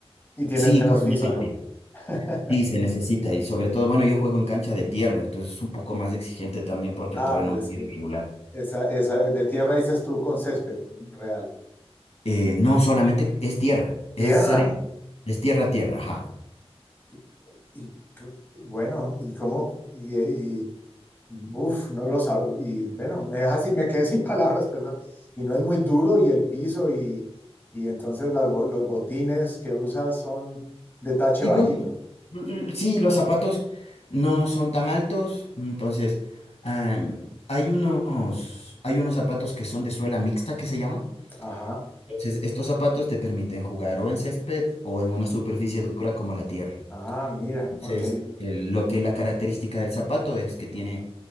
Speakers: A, on the left; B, on the left.
A: Y tienes
B: Sí,
A: menos
B: corre muy
A: físico.
B: rápido.
A: <laughs>
B: Sí, se necesita y sobre todo, bueno, yo juego en cancha de tierra, entonces es un poco más exigente también porque
A: Ah,
B: el terreno
A: pero
B: es
A: es
B: muy
A: que
B: irregular.
A: esa, esa de tierra dices tú con césped real.
B: Eh, no solamente es tierra,
A: Tierra.
B: es arena, es tierra, tierra, ajá.
A: Y, y co- bueno, y cómo, y, y uf, no lo sab- Y bueno, me deja así, me quedé <laughs> sin palabras, perdón. Y no es muy duro, y el piso, y, y entonces las, bo- los botines que usas son de tache
B: Y
A: bajito.
B: bueno, l- sí, los zapatos no son tan altos, entonces am, hay unos, hay unos zapatos que son de suela mixta que se llama.
A: Ajá.
B: Entonces, estos zapatos te permiten jugar o en césped o en una superficie dura como la tierra.
A: Ah, mira,
B: Entonces,
A: ok.
B: el- lo que la característica del zapato es que tiene,